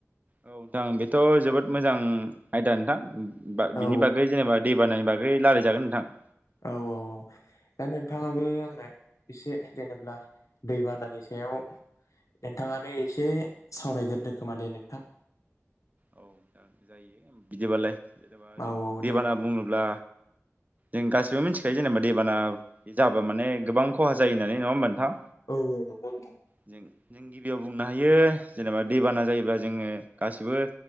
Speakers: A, on the right (about 30°); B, on the left (about 85°).
A: औ नोंथां बेथ' जोबोद मोजां आयदा नोंथां। बा
B: औ
A: बिनि बागै जेनेबा दै बानानि बा गै लायराय जागोन नोंथां।
B: औ औ औ दा नोंथाङाबो
A: औ नोंथां
B: आंनो एसे जेनेब्ला दैबानानि सायाव नोंथाङानो एसे सावरायग्रोदो खोमा दे नोंथां।
A: औ जागोन जायो बिदिबालाय। जेनेबा जों
B: औ औ
A: देबाना
B: दे
A: बुङोब्ला जों गासिबो मिन्थिखायो जेनेबा दैेबाना जाबा माने गोबां खहा जायो होननानै नङा होमबा नोंथां?
B: औ औ नंगौ नोंथां।
A: जों जों गिबियाव बुंनो हायो जेनेबा दैबाना जायोब्ला जोङो गासिबो